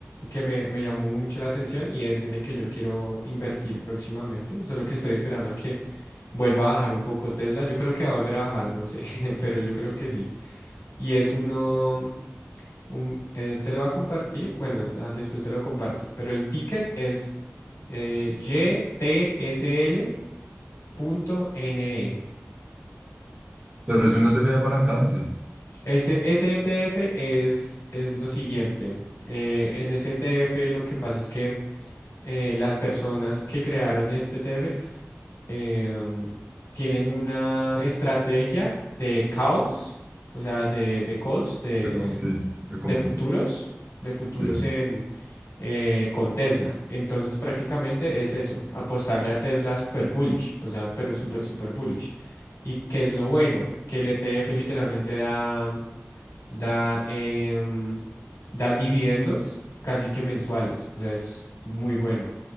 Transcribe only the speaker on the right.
Pero es un ETF apalancado, sí.
Lo com- sí, lo compras.
Sí.